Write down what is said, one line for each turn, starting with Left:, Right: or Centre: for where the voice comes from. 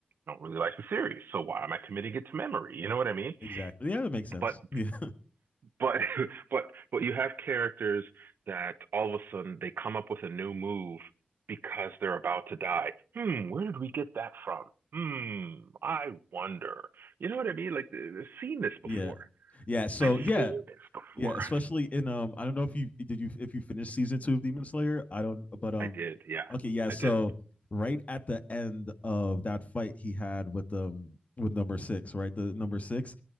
Right: I don't really like the series. So why am I committing it to memory? You know what I mean?
Left: exactly. Yeah, that makes sense.
Right: But
Left: Yeah.
Right: but <laughs> but but you have characters that all of a sudden they come up with a new move because they're about to die. Hmm, where did we get that from? Hmm, I wonder. You know what I mean? Like, I've seen this before.
Left: Yeah. Yeah. So
Right: I've
Left: yeah.
Right: seen this before.
Left: Yeah. Especially in um I don't know if you did you if you finished season two of Demon Slayer. I don't but um
Right: I did, yeah,
Left: okay, yeah.
Right: I
Left: So
Right: did.
Left: right at the end of that fight he had with um with number six, right? The number six,